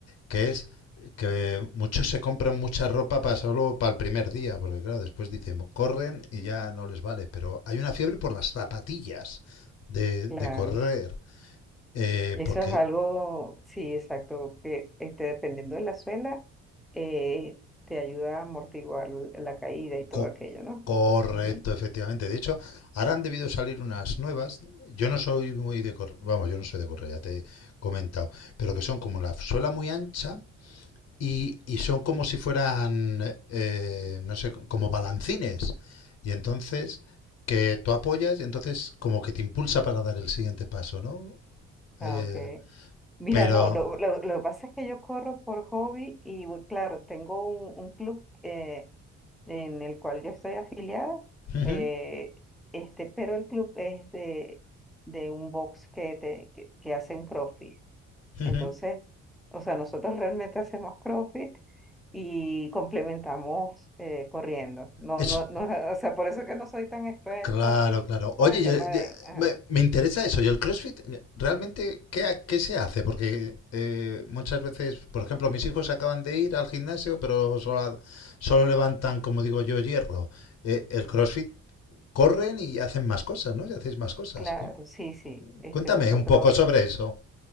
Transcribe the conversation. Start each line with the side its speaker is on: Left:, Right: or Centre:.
Left: que es que muchos se compran mucha ropa para solo para el primer día, porque claro, después dicen, corren y ya no les vale, pero hay una fiebre por las zapatillas de,
Centre: Claro,
Left: de correr, eh,
Centre: eso
Left: porque
Centre: es algo, sí, exacto, que este, dependiendo de la suela, eh, te ayuda a amortiguar la caída y todo
Left: Co-
Centre: aquello, ¿no?
Left: correcto,
Centre: Ujú.
Left: efectivamente. De hecho, ahora han debido salir unas nuevas. Yo no soy muy de correr, vamos, yo no soy de correr, ya te he comentado, pero que son como la suela muy ancha y, y son como si fueran, eh, no sé, como balancines. Y entonces que tú apoyas y entonces como que te impulsa para dar el siguiente paso, ¿no? Eh,
Centre: Ah, ok. Mira,
Left: pero...
Centre: no, lo, lo, lo que pasa es que yo corro por hobby y, bueno, claro, tengo un, un club eh, en el cual yo estoy afiliada,
Left: Ujú,
Centre: eh, este, pero el club es de, de un box que, te- que, que hacen CrossFit.
Left: ujú.
Centre: Entonces, o sea, nosotros realmente hacemos CrossFit y complementamos eh, corriendo. No,
Left: Es,
Centre: no, no, <laughs> o sea, por eso que no soy tan experta
Left: Claro,
Centre: así
Left: claro.
Centre: con
Left: Oye,
Centre: el
Left: yo-
Centre: tema de...
Left: yo-
Centre: ajá.
Left: me, me interesa eso. Yo el CrossFit, realmente, ¿qué, ha- qué se hace? Porque eh, muchas veces, por ejemplo, mis hijos acaban de ir al gimnasio, pero solo, ha- solo levantan, como digo yo, hierro. Eh, el CrossFit corren y hacen más cosas, ¿no? Y hacéis más cosas.
Centre: Claro,
Left: ¿Qué-
Centre: sí, sí. Este,
Left: Cuéntame
Centre: nosotros
Left: un poco sobre eso.